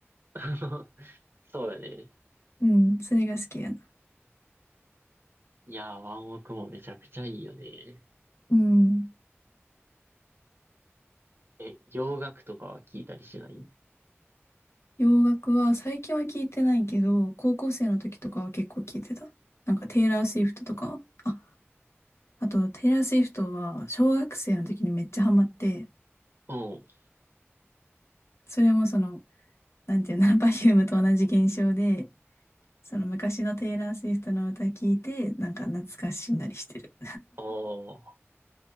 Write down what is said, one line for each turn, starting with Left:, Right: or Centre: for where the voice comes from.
Right: <laughs> そうやね。
Left: うん、それが好きやな。
Right: いやー、ワンオクもめちゃくちゃいいよね。
Left: うん。
Right: え、洋楽とかは聞いたりしない
Left: 洋楽は最近は聞いてないけど、高校生の時とかは結構聞いてた。なんかテイラー・スウィフトとか。あ、あとテイラー・スウィフトは小学生の時にめっちゃハマって、
Right: うん。
Left: それもその、なんていうの、<laughs> パフュームと同じ現象で、その昔のテイラー・スウィフトの歌聞いて、なんか懐かしんだりしてる。
Right: ああ